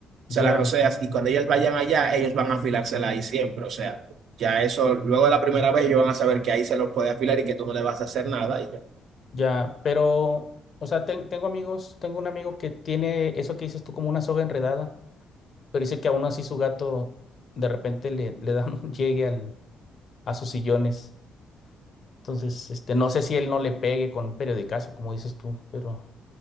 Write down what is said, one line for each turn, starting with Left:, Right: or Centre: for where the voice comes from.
Right: se
Left: ya,
Right: la roceas y cuando ellos vayan allá, ellos van a afilársela ahí siempre, o sea. Ya eso, luego de la primera vez, ellos van a saber que ahí se los puede afilar y que tú no le vas a hacer nada. Y yo,
Left: ya. Pero, o sea, ten- tengo amigos, tengo un amigo que tiene eso que dices tú como una soga enredada. Pero dice que aún así su gato de repente le, le da un <laughs> llegue al, a sus sillones. Entonces, este, no sé si él no le pegue con un periodicazo, como dices tú, pero